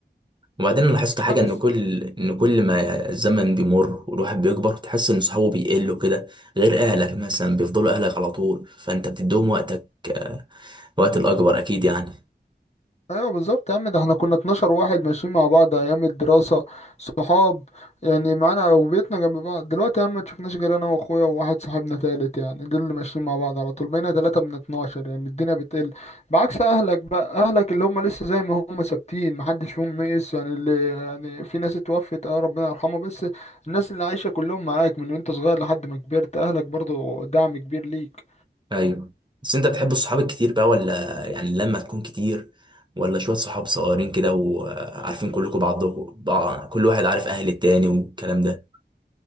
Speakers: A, on the right (about 25°); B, on the left (about 35°).
A: وبعدين انا لاحظت
B: كفايه
A: حاجه
B: بس
A: ان كل ان كل ما الزمن بيمر والواحد بيكبر تحس ان صحابه بيقلوا كده غير اهلك مثلا بيفضلوا اهلك على طول فانت بتديهم وقتك آه، وقت الاكبر اكيد يعني
B: ايوه بالظبط يا عم ده احنا كنا 12 واحد ماشيين مع بعض ايام الدراسه صحاب يعني معانا وبيتنا جنب بعض دلوقتي يا عم ما تشوفناش غير انا واخويا وواحد صاحبنا تالت يعني دول اللي ماشيين مع بعض على طول بقينا تلاتة من 12 يعني الدنيا بتقل بعكس اهلك بقى اهلك اللي هم لسه زي ما هم ثابتين محدش فيهم نقص يعني اللي يعني في ناس اتوفت اه ربنا يرحمها بس الناس اللي عايشه كلهم معاك من وانت صغير لحد ما كبرت اهلك برضو دعم كبير ليك
A: ايوه بس انت بتحب الصحاب الكتير بقى ولا يعني لما تكون كتير ولا شوية صحاب صغيرين كده وعارفين كلكم بعضكم بع- كل واحد عارف اهل التاني والكلام ده